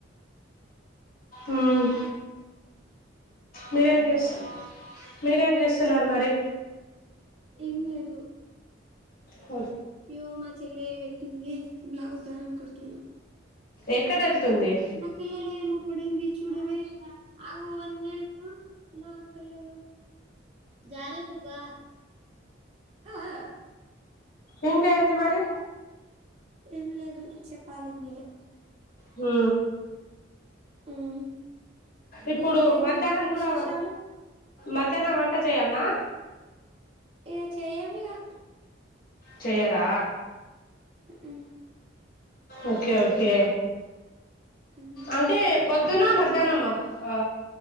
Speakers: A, on the left; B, on the right.
A: మ్మ్ మీరేం చేస్ మీరేం చేస్ తున్నర్ మరీ
B: ఏం లేదు.
A: అవు
B: యో మా చెల్లె వెళ్తుంది. బ్లౌజు దారం కడుతున్న.
A: ఎక్కడ వెళ్తుంది
B: మ కళ్ళలో ఏమో పడింది చూడవే ఆగు వన్ మినెటు నా కళ్ళలో జారేపుబా అబా
A: ఇంక ఎంది మరి?
B: ఏం లేదు చెప్పాలి మీరే.
A: హ్మ్ఁ
B: మీరే
A: ఇప్పుడు
B: ఇంకేంటి
A: మధ్యాహ్నం
B: మరి విశేషాలు
A: కూడ వం మధ్యాహ్నం వంట చేయాల్నా?
B: ఇగ చేయ్యమిగా
A: చేయ్యరా!
B: మ్ హ్
A: ఓకే ఓకే
B: ఉహుం.
A: అంటే పొ ద్దున మధ్యాహ్నం ఆ